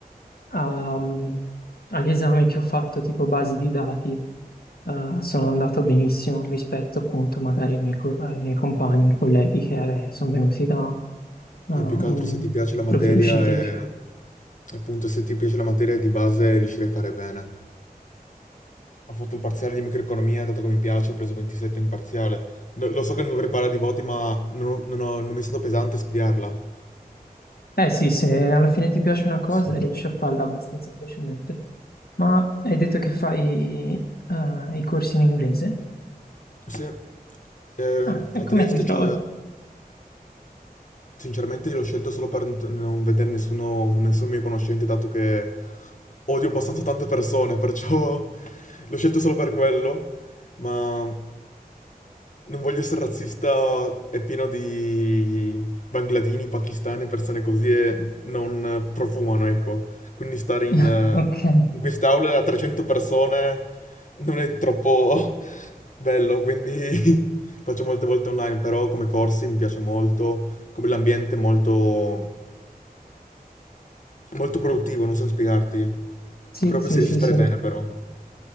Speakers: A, on the left; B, on the left.
A: ehm, agli esami che ho fatto tipo basi di dati eh, sono andato benissimo rispetto appunto magari ai miei, co- ai miei compagni, colleghi che eh, sono venuti da da
B: E
A: un
B: più che altro se ti piace la materia
A: profilo scientifico.
B: e appunto se ti piace la materia di base riuscirei a fare bene. Ho fatto il parziale di microeconomia, dato che mi piace, ho preso 27 in parziale. No- lo so che non dovrei parlare di voti, ma non, ho- non ho- non mi è stato pesante studiarla.
A: Eh sì, se alla fine ti piace una cosa
B: Sì.
A: riesci a farla abbastanza facilmente. Ma hai detto che fai eh, i corsi in inglese?
B: Sì. Eh,
A: Ah, e
B: a
A: come
B: Trieste
A: ti trovi?
B: c'è... Sinceramente io l'ho scelto solo per n- non vedere nessuno, nessun mio conoscente, dato che odio abbastanza tante persone, perciò <laughs> l'ho scelto solo per quello, ma non voglio essere razzista, è pieno di bangladini, pakistani, persone così e non profumano, ecco. Quindi stare in,
A: <laughs>
B: eh,
A: Ok,
B: in quest'aula a 300 persone non è troppo <laughs> bello, quindi <laughs> faccio molte volte online, però come corsi mi piace molto come l'ambiente è molto, molto produttivo, non so spiegarti,
A: sì,
B: proprio
A: sì,
B: se riesci
A: sì,
B: a stare
A: sì.
B: bene però.